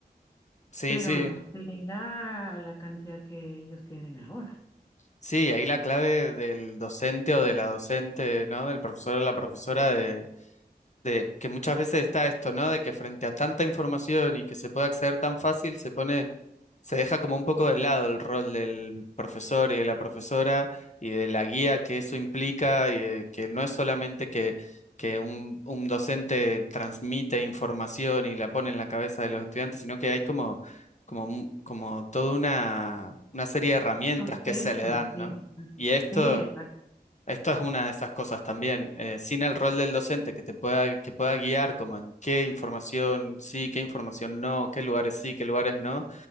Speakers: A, on the left; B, on the left.
A: Sí,
B: Pero
A: sí,
B: no era la cantidad que ellos tienen ahora.
A: sí, ahí la clave del docente o de la docente, ¿no? Del profesor o la profesora de... de que muchas veces está esto, ¿no? De que frente a tanta información y que se puede acceder tan fácil, se pone Se deja como un poco de lado el rol del profesor y de la profesora y de la guía que eso implica, y de que no es solamente que, que un, un docente transmite información y la pone en la cabeza de los estudiantes, sino que hay como, como, mu- como toda una, una serie de herramientas
B: Proceso,
A: que se le dan,
B: sí,
A: ¿no?
B: exacto.
A: Y esto,
B: sí, exacto.
A: esto es una de esas cosas también. eh, sin el rol del docente que te pueda, que pueda guiar como en qué información sí, qué información no, qué lugares sí, qué lugares no